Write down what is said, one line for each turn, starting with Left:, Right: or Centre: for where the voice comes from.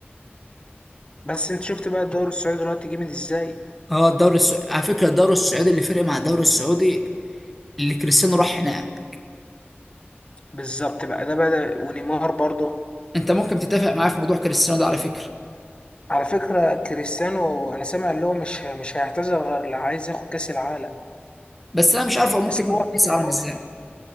Left: بس انت شفت بقى الدوري السعودي دلوقتي جامد ازاي
Centre: اه الدوري السعودي على فكره الدوري السعودي اللي فرق مع الدوري السعودي اللي كريستيانو راح هناك
Left: بالظبط بقى ده بدأ ونيمار برضه
Centre: انت ممكن تتفق معايا في موضوع كريستيانو ده على فكره
Left: على فكرة كريستيانو انا سامع اللي هو مش مش هيعتزل غير اللي عايز ياخد كأس العالم
Centre: بس انا مش عارف هو ممكن
Left: بس
Centre: ياخد
Left: هو كبر
Centre: كاس العالم
Left: برضه
Centre: ازاي